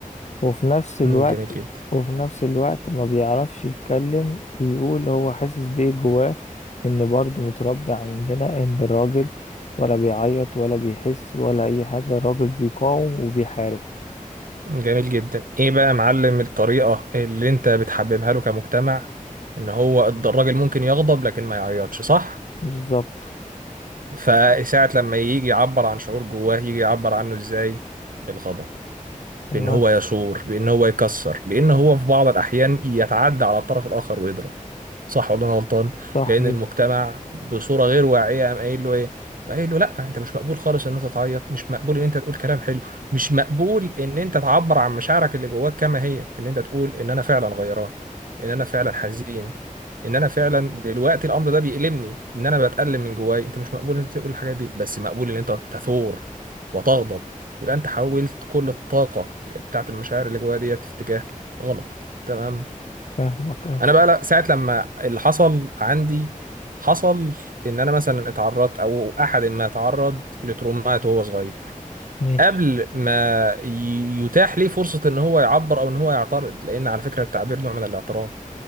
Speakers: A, on the left; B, on the right.
A: وفي نفس الوقت
B: مم، جميل جدا
A: وفي نفس الوقت ما بيعرفش يتكلم ويقول هو حاسس بإيه جواه إن برضه متربي عندنا إن الراجل ولا بيعيط ولا بيحس ولا أي حاجة الراجل بيقاوم وبيحارب
B: جميل جدا ايه بقى يا معلم الطريقة اللي انت بتحببها له كمجتمع ان هو الراجل ممكن يغضب لكن ما يعيطش صح؟
A: بالظبط
B: فساعة لما يجي يعبر عن شعور جواه يجي يعبر عنه ازاي بالغضب
A: تمام
B: بان هو يثور بان هو يكسر بان هو في بعض الاحيان يتعدى على الطرف الاخر ويضرب صح ولا انا غلطان
A: صح
B: لان
A: جدا
B: المجتمع بصوره غير واعيه قام قايل له ايه قايل له لا انت مش مقبول خالص ان انت تعيط مش مقبول ان انت تقول كلام حلو مش مقبول ان انت تعبر عن مشاعرك اللي جواك كما هي ان انت تقول ان انا فعلا غيران ان انا فعلا حزين ان انا فعلا دلوقتي الامر ده بيألمني ان انا بتألم من جواي انت مش مقبول ان انت تقول الحاجات دي بس مقبول ان انت تثور وتغضب يبقى انت حولت كل الطاقة بتاعت المشاعر اللي جوايا ديت في اتجاه غلط تمام
A: فاهمك اه
B: انا بقى لا ساعه لما اللي حصل عندي حصل ان انا مثلا اتعرضت او احد ما اتعرض لترومات وهو صغير
A: ماشي
B: قبل ما ي- يتاح ليه فرصة ان هو يعبر او ان هو يعترض لان على فكرة التعبير نوع من الاعتراض